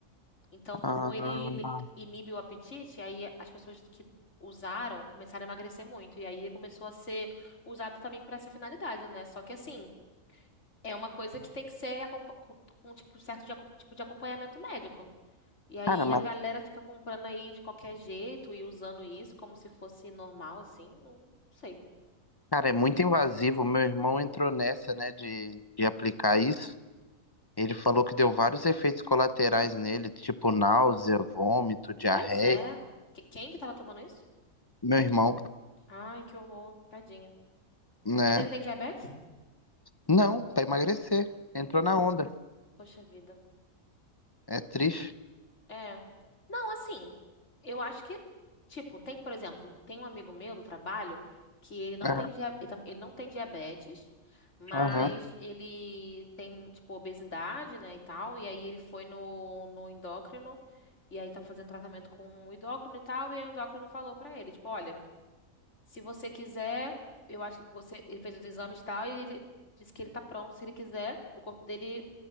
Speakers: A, on the left (about 55°); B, on the left (about 20°).
A: Então, como
B: ah,
A: ele li- inibe o apetite, aí as pessoas que usaram começaram a emagrecer muito. E aí começou a ser usado também para essa finalidade, né? Só que assim. É uma coisa que tem que ser acompa- com, com, tipo, certo de acom- tipo de acompanhamento médico. E aí
B: Cara, mas
A: a galera fica comprando aí de qualquer jeito e usando isso como se fosse normal, assim. Não, sei.
B: Cara, é muito invasivo. Meu irmão entrou nessa, né, de, de aplicar isso. Ele falou que deu vários efeitos colaterais nele, tipo náusea, vômito, diarreia.
A: Pois é. Que- Quem que tava tomando isso?
B: Meu irmão,
A: Ai, que horror. Tadinha.
B: né?
A: Mas ele tem diabetes?
B: Não, pra emagrecer. Entrou na
A: Vo-
B: onda.
A: Poxa vida.
B: É triste.
A: É. Não, assim, eu acho que, tipo, tem, por exemplo, tem um amigo meu do trabalho que ele não
B: Aham,
A: tem, dia- ele tam- ele não tem diabetes, mas
B: aham,
A: ele tem, tipo, obesidade, né, e tal, e aí ele foi no, no endócrino, e aí tá fazendo tratamento com o endócrino e tal, e aí o endócrino falou pra ele, tipo, olha, se você quiser, eu acho que você, ele fez os exames e tal, e ele disse que ele tá pronto, se ele quiser, o corpo dele